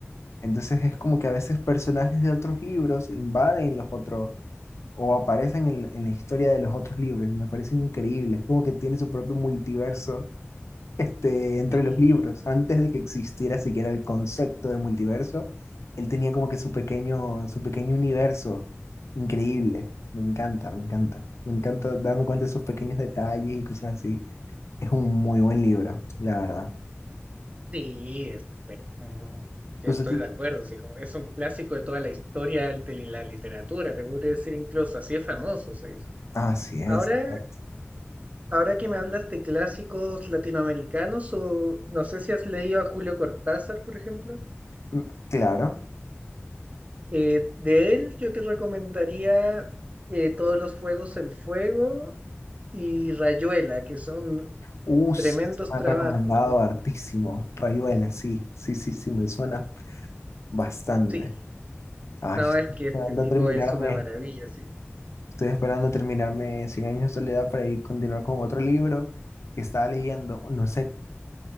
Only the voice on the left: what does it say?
Entonces es como que a veces personajes de otros libros invaden los otros o aparecen en, en la historia de los otros libros y me parece increíble. Es como que tiene su propio multiverso este, entre
los libros. Antes de que existiera siquiera el concepto de multiverso, él tenía como que su pequeño, su pequeño universo. Increíble. Me encanta, me encanta. Me encanta darme cuenta de esos pequeños detalles y cosas así. Es un muy buen libro, la verdad.
Entonces,
así es.
exacto.
Mm, Claro.
Uh,
sí, me
han recomendado hartísimo. Rayuela, sí, sí, sí, sí, me suena bastante.
Ay,
estoy
esperando
terminarme,
estoy esperando terminarme cien años de soledad para ir continuar con otro libro que estaba leyendo. No sé,